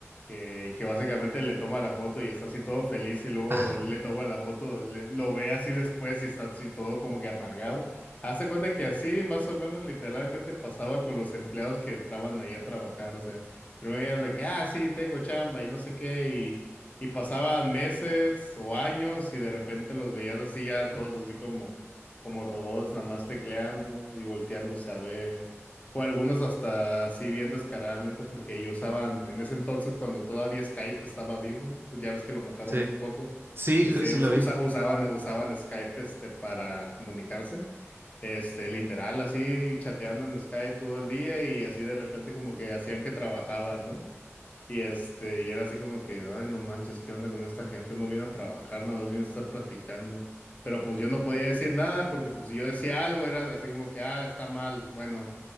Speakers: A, on the left (about 30°); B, on the right (about 50°).
A: que, que básicamente le toma la foto y está así todo feliz y luego
B: Ah,
A: le toma la foto, le- lo ve así después y está así todo como que amargado? Hazte cuenta que así más o menos literalmente pasaba con los empleados que entraban ahí a trabajar. O sea, primero eran de que, ah, sí, tengo chamba y no sé qué y pasaban meses o años y de repente los veías así ya todos así como, como robots, nada más tecleando y volteándose a ver. O algunos hasta así bien descaradamente porque ellos usaban, en ese entonces cuando todavía Skype estaba vivo, ¿no? Pues ya ves que lo mataron
B: sí,
A: hace poco,
B: sí,
A: este,
B: ju- sí
A: us-
B: lo
A: usa-
B: vi.
A: usaban, usaban Skype este, para comunicarse este, literal, así chateando en Skype todo el día y así de repente como que hacían que trabajaban, ¿no? Y este, y era así como que, ay, no manches, ¿qué onda con esta gente? No viene a trabajar, nada más viene a estar platicando. Pero pues yo no podía decir nada porque pues si yo decía algo era así como que, ah, está mal. Bueno,